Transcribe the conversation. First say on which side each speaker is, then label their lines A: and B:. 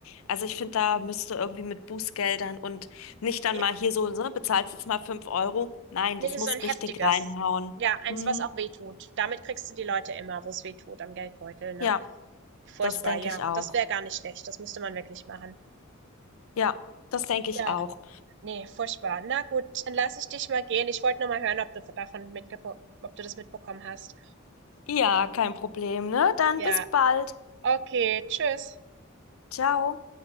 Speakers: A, on the left; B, on the right.
A: Also ich finde, da müsste irgendwie mit Bußgeldern und nicht dann
B: Ja.
A: mal hier so, ne, bezahlst jetzt mal fünf Euro. Nein,
B: Nee,
A: das
B: so
A: muss
B: ein heftiges.
A: richtig reinhauen.
B: Ja, eins,
A: Hm,
B: was auch weh tut. Damit kriegst du die Leute immer, wo es weh tut, am Geldbeutel, ne?
A: ja,
B: Furchtbar,
A: das denke
B: ja.
A: ich auch.
B: Das wäre gar nicht schlecht. Das müsste man wirklich machen.
A: Ja, das denke ich
B: Ja,
A: auch.
B: ne, furchtbar. Na gut, dann lasse ich dich mal gehen. Ich wollte nur mal hören, ob du davon mitgebo ob du das mitbekommen hast.
A: Ja, kein Problem, ne? Dann
B: Ja,
A: bis bald.
B: okay, tschüss.
A: Ciao.